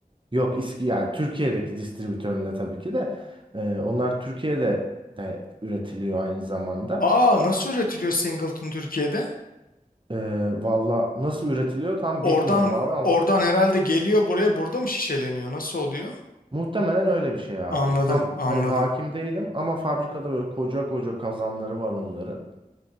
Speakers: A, on the right; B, on the left.
A: yok İSK yani Türkiye'deki distribütöründe tabii ki de e, onlar Türkiye'de de üretiliyor aynı zamanda.
B: Aa nasıl üretiliyor Singleton Türkiye'de?
A: E, valla nasıl üretiliyor tam
B: Oradan
A: bilmiyorum abi ama
B: oradan herhalde geliyor buraya burada mı şişeleniyor? Nasıl oluyor?
A: Muhtemelen öyle bir şey abi.
B: Anladım
A: Tam
B: anladım.
A: hani hakim değilim ama fabrikada böyle koca koca kazanları var onların.